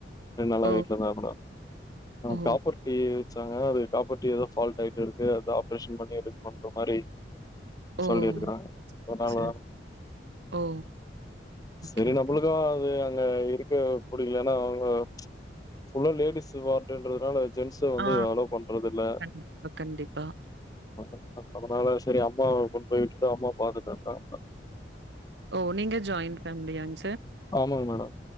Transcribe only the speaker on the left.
ரெண்டு நாளா
வீட்ல தா இருந்தன் ஆ
காப்பர்ட்டி வ ச்சாங்க அது காப்பர்ட்டி எதோ ஃபால்ட் ஆயிட்டு இருக்கு அது ஆப் ரேஷன் பண்ணி எடுக்கனு இன்ற மாரி
சொல்லி இருக்கறாங்க
அதனால
செரி
நம்பளுக்கு அது க இருக்கவே புடிக்கலனா அவுங்க ஃபுல்லா லேடிஸ் வார்டுன்றதுனால ஜென்ஸ வந்து
அளோ பண்றது இல்ல
<inaudible> அதனால செரி அம்மாவா கொண்டு போய் விட்டுட்டு அம்மாவா பாத்துட்டுருக்கன்
ஆமாங்க மேடம்